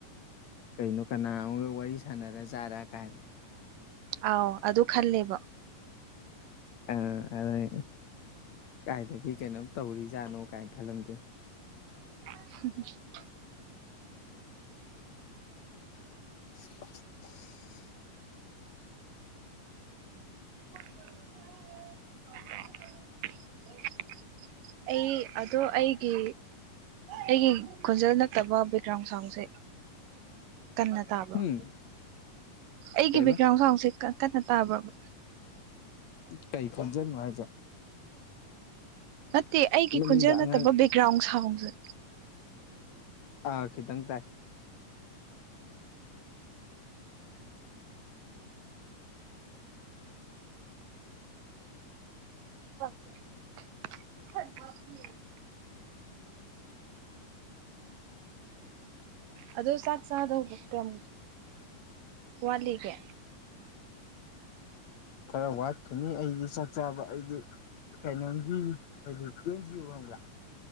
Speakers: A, on the left; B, on the right.
A: ꯀꯩꯅꯣ ꯀꯅꯥ ꯑꯃꯒ ꯋꯥꯔꯤ ꯁꯥꯟꯅꯔꯖꯥꯔꯥ ꯀꯥꯏꯅ
B: ꯑꯥꯎ ꯑꯗꯨ ꯈꯜꯂꯦꯕ
A: ꯑꯥ ꯑꯗꯨꯏ ꯀꯥꯏꯗꯒꯤ ꯀꯩꯅꯣꯝ ꯇꯧꯔꯤꯖꯥꯠꯅꯣ ꯀꯥꯏꯅ ꯈꯜꯂꯝꯗꯣꯏ
B: <unintelligible>
A: <unintelligible>
B: <unintelligible> ꯑꯩ ꯑꯗꯣ ꯑꯩꯒꯤ ꯑꯩꯒꯤ ꯈꯣꯟꯖꯦꯜ ꯅꯠꯇꯕ ꯕꯦꯛꯗꯔꯣꯟ ꯁꯥꯎꯟꯁꯦ ꯀꯟꯅ ꯇꯥꯕꯔꯣ
A: ꯍꯨꯝ
B: ꯑꯩꯒꯤ
A: ꯀꯩꯕ
B: ꯕꯦꯛꯒ꯭ꯔꯥꯎꯟ ꯆꯥꯎꯥꯎꯁꯦ ꯀꯟꯅ ꯇꯥꯕ꯭ꯔꯕ
A: ꯀꯩ ꯈꯣꯟꯖꯦꯜꯅꯣ ꯍꯥꯏꯁꯦ
B: ꯅꯠꯇꯦ ꯑꯩꯒꯤ
A: ꯃꯅꯤꯡꯗ
B: ꯈꯣꯟꯖꯦꯜ
A: ꯑꯉꯥꯡ
B: ꯅꯠꯇꯕ ꯕꯦꯛꯒ꯭ꯔꯥꯎꯟ ꯁꯥꯎꯟꯁꯦ
A: ꯑꯥ ꯈꯤꯇꯪ ꯇꯥꯏ
B: <unintelligible> ꯑꯗꯣ ꯆꯥꯛ ꯆꯥꯗꯧꯕ ꯀꯝ ꯋꯥꯠꯂꯤꯒꯦ
A: ꯈꯔ ꯋꯥꯠꯈꯤꯅꯤ ꯑꯩꯗꯤ ꯆꯥꯛ ꯆꯥꯕ ꯑꯩꯗꯤ ꯀꯩꯅꯣꯝꯒꯤ ꯍꯥꯏꯗꯤ ꯑꯦꯟ ꯖꯤ ꯑꯣ ꯍꯪꯕꯔꯥ